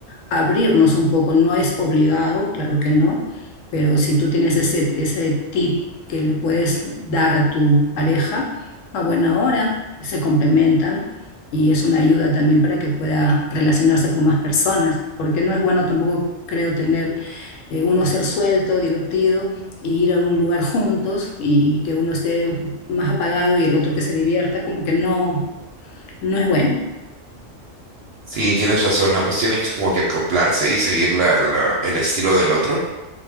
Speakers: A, on the left; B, on the right.
A: abrirnos un poco. No es obligado, claro que no, pero si tú tienes ese, ese tip que le puedes dar a tu pareja, a buena hora, se complementan y es una ayuda también para que pueda relacionarse con más personas, porque no es bueno tampoco, creo, tener eh, uno ser suelto, divertido, y ir a un lugar juntos y que uno esté más apagado y el otro que se divierta, como que no, no es bueno,
B: Sí, tienes razón, ambos tienen que como que acoplarse y seguir la, la- el estilo del otro.